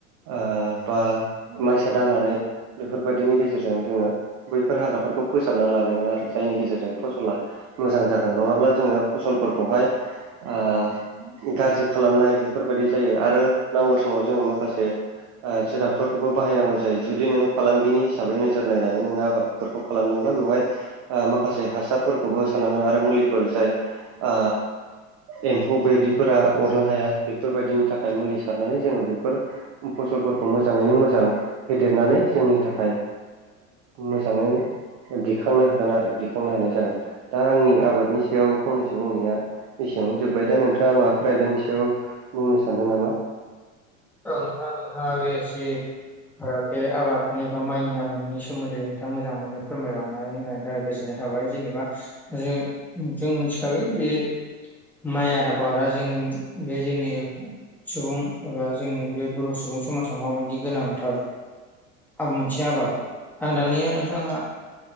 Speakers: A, on the right; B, in the centre.
A: ओ बा माइसा दांनानै। बेफोरबायदिनि गेजेरजों जोंङो बैफोर हाग्राफोरखौ फोसाबनानै लानांगोन आरो जायनि गेजेरजों फसला मोजां जागोन नंङाब्ला जोंङो फसलफोरखौहाय ओ गाज्रि खालामनाय बेफोरबायदि जायो आरो नांगौ समाव जोंङो माखासे ओ जिरादफोरखौबो बाहायनांगौ जायो जुदि नोंङो फालांगिनि हिसाबै नोजोर नायनानै नोंङो आबाद फोरखौ खालामदोंब्ला बेवहाय माखासे हासारफोरखौबो हो साननांगोन आरो मुलिफोर जाय ओ एम्फौ बायदिफोरा अरनो हाया बेफोरबायदिनि थाखाय मुलि सारनानै जोङो बेफोर फसलफोरखौ मोजांङैनो मोजां फेदेरनानै जोंनि थाखाय मोजांङै दिखांनो हागोन आरो दिखांनो हानाय जागोन। दा आंनि आबादनि सायाव फंनैसो बुंनाया एसेबां जोब्बाय। दा नोंथांङा माबाफोर ओमफ्राय दानि सायाव बुंनो सानदों नामा?
B: औ नोंथां नोंथांङा बेसे ओ बे आबादनि बा माइनि आबादनि सोमोन्दै नोंथांङा मोजांङैनो फोरमायलांनानै होनायनि थाखाय गोजोननाय थाबाय जेनेबा ज जों मिथिखाबाय बे माइ आदाबावदा जों बे जोंनि सुबुं एबा जोंनि बे बर' सुबुं समाजाव माबायदि गोनांथार? आ मोनसे आबाद आं दानिया नोंथांङा